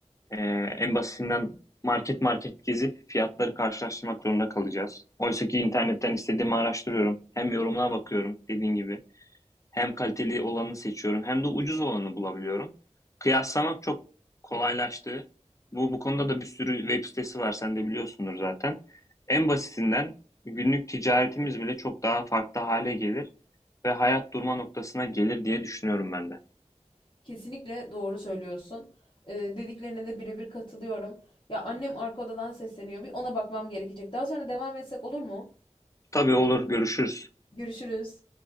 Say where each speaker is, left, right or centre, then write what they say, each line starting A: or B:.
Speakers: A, on the left; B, on the left.
A: E, en basitinden market market gezip fiyatları karşılaştırmak zorunda kalacağız. Oysa ki internetten istediğimi araştırıyorum. Hem yorumlara bakıyorum dediğin gibi. Hem kaliteli olanı seçiyorum hem de ucuz olanı bulabiliyorum. Kıyaslamak çok kolaylaştı. Bu, bu konuda da bir sürü web sitesi var. Sen de biliyorsundur zaten. En basitinden günlük ticaretimiz bile çok daha farklı hale gelir ve hayat durma noktasına gelir diye düşünüyorum ben de.
B: Kesinlikle doğru söylüyorsun. Ee, dediklerine de birebir katılıyorum. Ya annem arka odadan sesleniyor. Bir ona bakmam gerekecek. Daha sonra devam etsek olur mu?
A: Tabii olur, görüşürüz.
B: Görüşürüz.